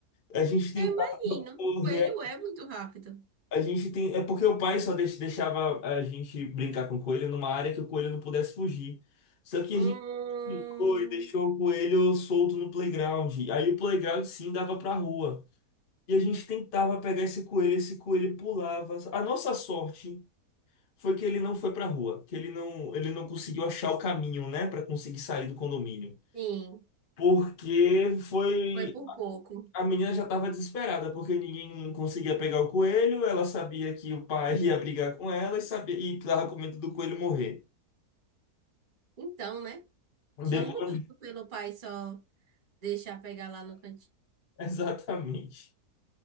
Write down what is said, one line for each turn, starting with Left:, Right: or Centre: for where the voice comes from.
Left: A gente tentou
Right: Eu imagino,
Left: correr,
Right: o coelho é muito rápido.
Left: a gente tem. É porque o pai só deix- deixava a gente brincar com o coelho numa área que o coelho não pudesse fugir. Só que
Right: Hum,
Left: a gente ficou e deixou o coelho solto no playground. Aí o playground sim dava pra rua. E a gente tentava pegar esse coelho, esse coelho pulava. A nossa sorte. foi que ele não foi pra rua, que ele não, ele não conseguiu achar o caminho, né, Pra conseguir sair do condomínio.
Right: sim,
Left: Porque foi
Right: foi por pouco.
Left: a menina já tava desesperada, porque ninguém conseguia pegar o coelho, ela sabia que o pai <laughs> ia brigar com ela e sabia e tava com medo do coelho morrer.
Right: Então, né? Tinha
Left: Depois,
Right: um motivo pelo pai só deixar pegar lá no cantinho.
Left: <laughs> exatamente.